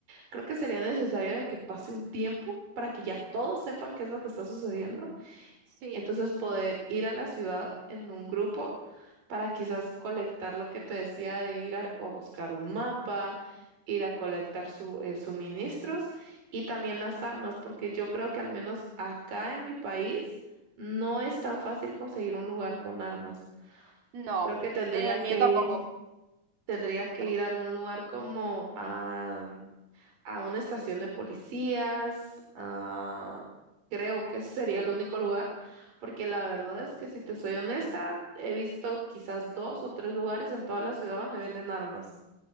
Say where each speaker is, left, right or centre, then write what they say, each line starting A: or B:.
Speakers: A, on the right; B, on the right.
A: Creo que sería necesario de que pase un tiempo para que ya todos sepan qué es lo que está sucediendo
B: sí.
A: Entonces poder ir a la ciudad en un grupo para quizás colectar lo que te decía de ir a, a buscar un mapa, ir a colectar su, eh, suministros y también las armas, porque yo creo que al menos acá en mi país no es tan fácil conseguir un lugar con armas.
B: No,
A: Creo que tendría
B: en el mío
A: que
B: tampoco.
A: ir tendría que
B: No.
A: ir a algún lugar como a, mm, a una estación de policías, a- creo que ese sería
B: Sí.
A: el único lugar, porque la verdad es que si te soy honesta, he visto quizás dos o tres lugares en toda la ciudad donde venden armas.